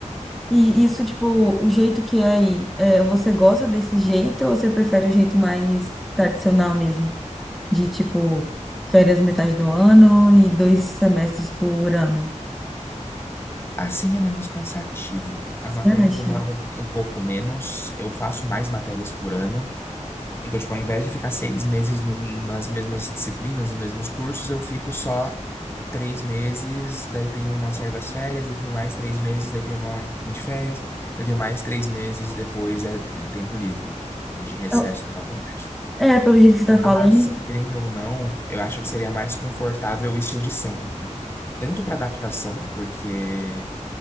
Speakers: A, in the centre; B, on the left.
A: E isso, tipo, o jeito que é aí, é, você gosta desse jeito ou você prefere o jeito mais tradicional mesmo? De, tipo, férias metade do ano e dois semestres por ano?
B: Assim é menos cansativo. As
A: Você
B: matérias
A: acha?
B: demoram um pouco menos, eu faço mais matérias por ano. Então, tipo, ao invés de ficar seis meses no- nas mesmas disciplinas, nos mesmos cursos, eu fico só três meses, daí tenho umas certas férias, daí tenho mais três meses, daí tenho uma- um pouquinho de férias, daí tenho mais três meses, depois é tempo livre de recesso
A: Eu-
B: da faculdade.
A: É, pelo jeito que você tá falando.
B: Mas, querendo ou não, eu acho que seria mais confortável o estilo de sempre. Tanto para adaptação, porque